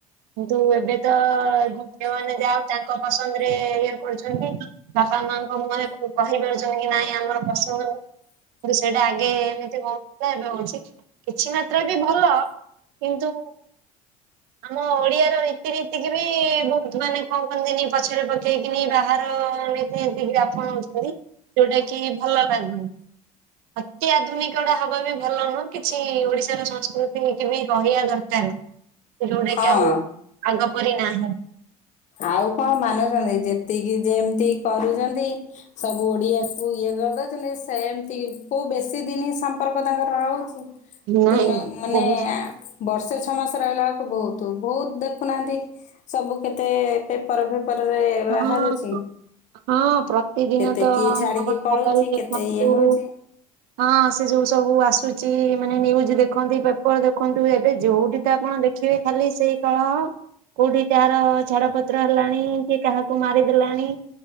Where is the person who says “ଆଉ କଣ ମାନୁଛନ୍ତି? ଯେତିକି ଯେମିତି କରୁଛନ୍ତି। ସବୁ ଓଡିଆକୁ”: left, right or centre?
Left